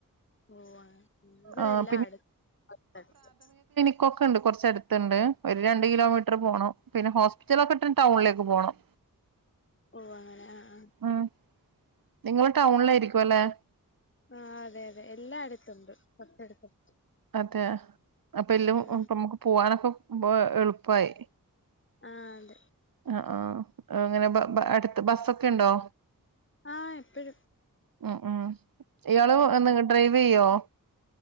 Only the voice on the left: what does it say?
ഓ ആ ഇവിടെ
എല്ലാം അടു ത്തടുത്ത്
ഓ അങ്ങെ ആ ആ
ആ അതെ അതെ എല്ലായിടത്തുണ്ട് <unintelligible>
ഉം
ആ അതെ
ആഹ് എപ്പഴും
ഉം